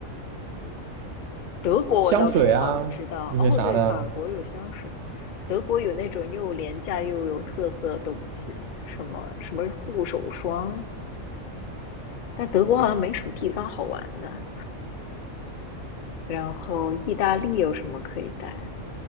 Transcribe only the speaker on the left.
德国我倒是好像知道，
哦，对，法国有香水，德国有那种又廉价又有特色的东西，什么什么护手霜，但德国好像没什么地方好玩的。然后意大利有什么可以带？